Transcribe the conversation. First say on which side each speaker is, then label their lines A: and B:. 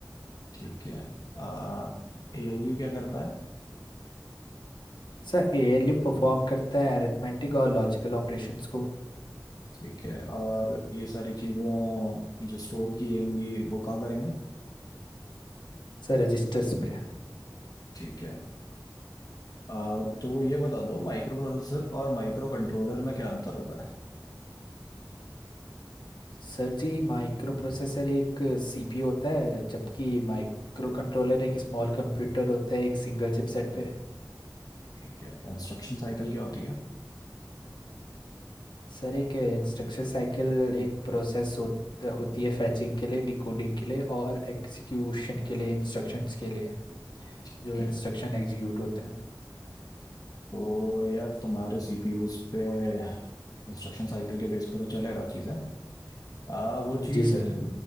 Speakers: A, on the left; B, on the left.
A: ठीक है आ एएलयू क्या करता है
B: सर एएलयू परफॉर्म करता है अरिथमेटिक और लॉजिकल ऑपरेशंस को
A: ठीक है और ये सारी चीजें जो स्टोर की जाएंगी वो कहाँ करेंगे
B: सर रजिस्टर्स पे
A: ठीक है आ, तो ये बता दो माइक्रो प्रोसेसर और माइक्रो कंट्रोलर में क्या अंतर होता है
B: सर जी माइक्रो प्रोसेसर एक सीपीयू होता है जबकि माइक्रो कंट्रोलर एक स्मॉल कंप्यूटर होता है एक सिंगल चिपसेट पे
A: ठीक है इंस्ट्रक्शन साइकिल क्या होती है
B: सर एक इंस्ट्रक्शन साइकिल एक प्रोसेस हो, होती है फैचिंग के लिए डिकोडिंग के लिए और एग्जीक्यूशन के लिए इंस्ट्रक्शंस के लिए
A: ठीक
B: जो इंस्ट्रक्शन
A: है
B: एग्जीक्यूट होते हैं
A: तो यार तुम्हारे सीपीयूज पे इंस्ट्रक्शन साइकिल के बेस पे तो चलेगा चीजें आ, वो चीज
B: जी सर